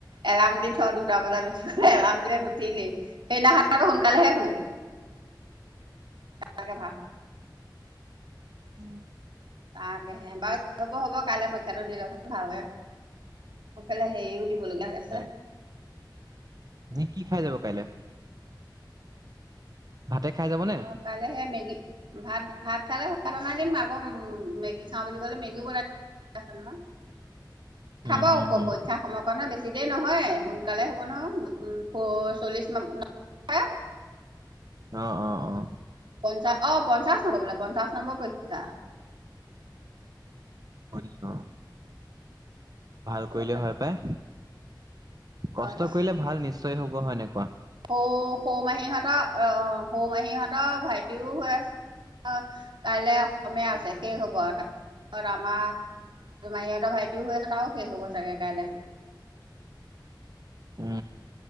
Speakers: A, on the right; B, on the right.
A: এলাৰ্ম দি থওঁ দুটা বজাত নোঠালে এলাম দিলে নুঠিলেই সেইদিনাখন আকৌ সোনকালেহে শুলে। <unintelligible>
B: উম।
A: তাকেহে বাৰু হ'ব-হ'ব কাইলে পৰীক্ষাটো দি লচোন ভালকে। সফালে হেৰিও দিব লগা হৈ আছে।
B: তাকে <unintelligible> কি খাই যাব কাইলে? ভাতে খাই যাব নে?
A: অ', কাইলয় সেয়া মেগী, ভাত ভাত খালে ভাত বনাই দিম, আকৌ মেগী খাওঁ বুলি ক'লে মেগীও বনাই দিম। খাব
B: উম হুম
A: উপ
B: হুম।
A: পৰীক্ষাৰ সমৰ কাৰণে বেছি বেছি দেৰি নহয় সোনকালে হব নহয় প-চল্লিছ ম। <unintelligible>
B: অ', অ'-অ।
A: পঞ্চাশ অ' পঞ্চাশ নম্বৰ বোলে পঞ্চাশ নম্বৰ পৰীক্ষা।
B: <unintelligible> ভাল কৰিলে
A: কথাটো
B: হয় পাই।
A: হয়
B: কষ্ট
A: হয়
B: কৰিলে ভাল নিশ্চয় হব হয়নে কোৱা?
A: সৌ সৌ মাহীহঁতৰ অ, সৌ মাহী হহতৰ ভাইটিও হৈ আছে। কাইলৈ অসমীয়া আছে শেষ হ'ব আৰু তাৰপিছত আমাৰ তোমাৰ সিহঁতৰ ভাইটিও হৈ আছ তাৰো শেষ হ'ব চাগে কাইলে।
B: <inaudible>